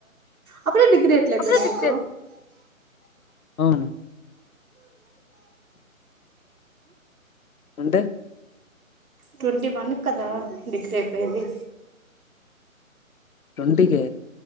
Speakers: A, on the right; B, on the left.
A: అప్పుడుే డిగ్రీ ఎట్ల అయిపోఇంది
B: అప్పుడే డిగ్రీ
A: నీకు
B: అవును అంటే
A: ట్వంటీ వన్ కదా డిగ్రీ అయిపోయేది
B: ట్వంటికే